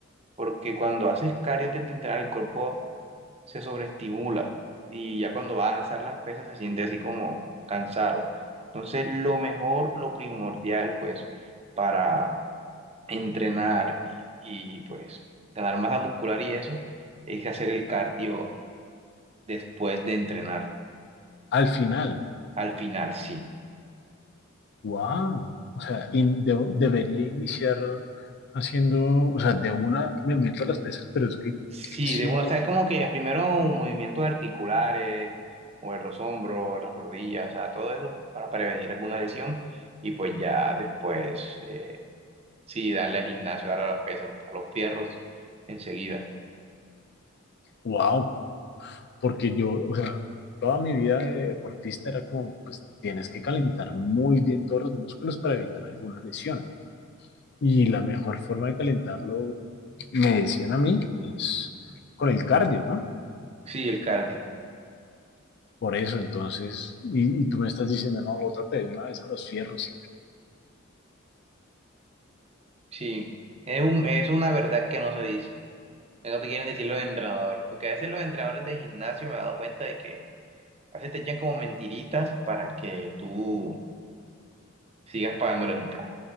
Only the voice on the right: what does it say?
Porque cuando haces cardio antes de entrenar, el cuerpo se sobreestimula y ya cuando vas a alzar las pesas se siente así como cansado. Entonces, lo mejor, lo primordial, pues, para entrenar y, y, pues ganar masa muscular y eso, es hacer el cardio después de entrenar.
Al final, sí.
Sí,
de una, o sea, es como que primero un movimiento de articulares, mover los hombros, las rodillas, o sea, todo eso para prevenir alguna lesión y pues ya después, eh, sí, darle al gimnasio, darle a los pesos, a los fierros enseguida.
Sí, el cardio,
sí. Es un- es una verdad que no se dice, que no te quieren decir los entrenadores, porque a veces los entrenadores de gimnasio me he dado cuenta de que a veces te echan como mentiritas para que tú sigas pagándoles un plan.